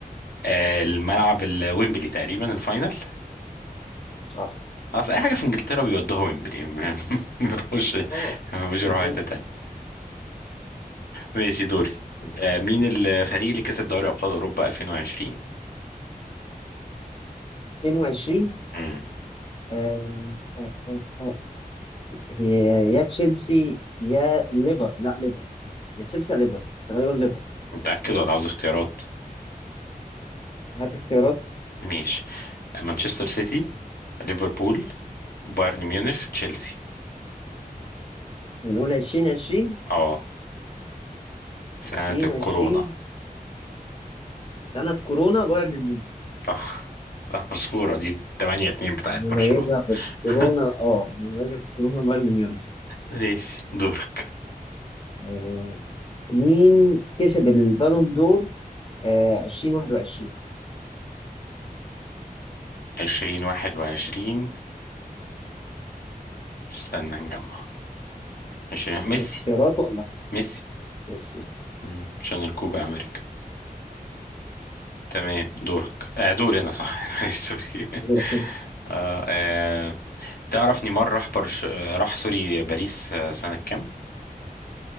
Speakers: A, on the left; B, on the left.
A: آه الملعب الويمبلي تقريبا الفاينل
B: صح
A: اصل اي حاجة في انجلترا بيودوها ويمبلي <laughs> ما بيروحوش
B: اه
A: ما بيروحوا
B: معروف
A: حتة تانية ماشي دوري
B: ماشي
A: آه مين الفريق اللي كسب دوري ابطال اوروبا 2020
B: 2020
A: امم
B: آه آه آه آه هي يا تشيلسي يا ليفر لا ليفر يا تشيلسي يا ليفر بس غالبا ليفر
A: متأكد ولا عاوز اختيارات
B: هات اختيارات
A: ماشي آه، مانشستر سيتي ليفربول بايرن ميونخ تشيلسي
B: بنقول 2020
A: اه سنة
B: 2020
A: الكورونا
B: سنة كورونا بايرن ميونخ
A: صح صح مشهورة دي 8 2 بتاعت
B: نميزها
A: برشلونة
B: بالكورونا
A: <laughs>
B: اه نميزها بالكورونا بايرن ميونخ
A: ماشي دورك
B: آه، مين كسب البالون دور آه 2021
A: 20 21 استنى نجمع 20
B: ولا
A: ميسي
B: اختيارات ولا لأ؟
A: ميسي
B: ميسي صح
A: مم، عشان الكوبا
B: صح.
A: امريكا تمام دورك آه دوري انا صح <laughs> سوري
B: دورك أنت.
A: آه آه تعرف نيمار راح برش... آه، راح سوري باريس آه، سنة كام؟